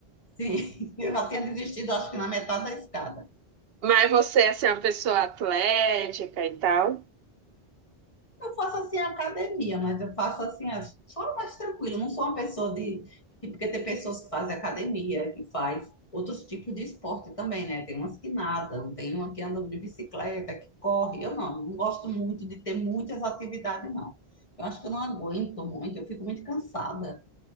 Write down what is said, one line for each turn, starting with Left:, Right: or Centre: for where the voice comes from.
Left: sim, <laughs> eu já tinha desistido, acho que na metade da escada.
Right: Mas você, assim, é uma pessoa atlética e tal.
Left: Eu faço assim academia, mas eu faço assim, as- só mais tranquilo. Eu Não sou uma pessoa de. de- Porque tem pessoas que fazem academia, que faz outros tipos de esporte também, né? Tem umas que nadam, tem uma que anda de bicicleta, que corre. Eu não, não gosto muito de ter muitas atividades, não. Eu acho que eu não aguento muito, eu fico muito cansada.